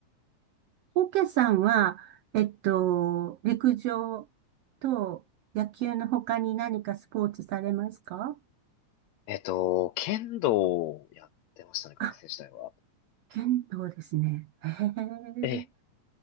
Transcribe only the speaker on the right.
オケさんは、えっと、陸上と野球の他に何かスポーツされますか
あ、剣道ですね。へえ